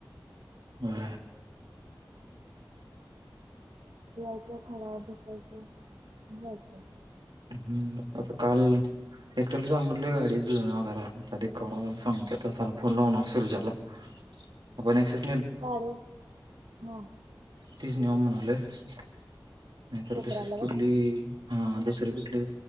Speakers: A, on the right; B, on the right.
A: हम.
B: यायचं थोडा वेळ बसायचं जायचं.
A: हम्म आता काल एकट्या सांगीतलो गाडीत जुळणा कराय थोड्या वेळाने सांगतो फोन लावणार सुरजा ला. <unintelligible>
B: गाडी ह.
A: तीच निउया म्हणाले नाहीतर
B: पेपराला
A: दुसरी
B: व्हय
A: कुठली हास दुसरी कुठली